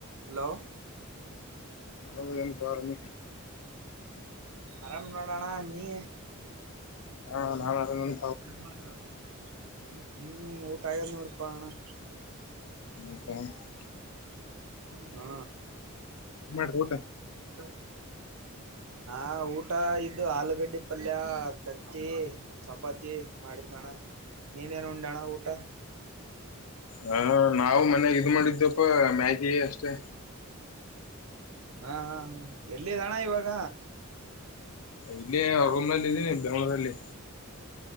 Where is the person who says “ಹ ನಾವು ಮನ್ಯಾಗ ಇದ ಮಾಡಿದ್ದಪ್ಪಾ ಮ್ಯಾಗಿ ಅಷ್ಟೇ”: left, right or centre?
Left